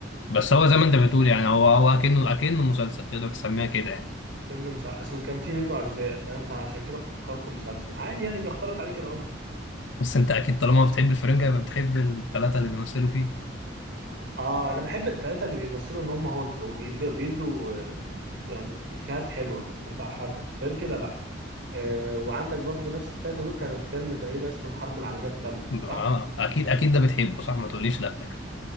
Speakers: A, on the left (about 70°); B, on the right (about 70°).
A: بس هو زي ما انت
B: والله
A: بتقول يعني
B: لا
A: هو هو اكنه اكنه مسلسل تقدر تسميها كده يعني
B: كأنه مسلسل أصل كان في منه أجزاء فاهم فعشان كده فكرته مسلسل عادي يعني بيختلط عليك الأمر
A: بس انت اكيد طالما بتحب الفرنجة يبقى بتحب الثلاثه اللي بيمثلوا فيه
B: أه أنا بحب التلاتة اللي بيمثلوا إن هم هوتل وبيدوا بيدوا آه، يعني إفيهات حلوة بتضحكك غير كده لا آه، وعندك برضو نفس التلاتة دول كانوا في فيلم تقريبا اسمه الحرب العالمية التالتة صح؟
A: اه اكيد اكيد ده بتحبه صح ما تقوليش لا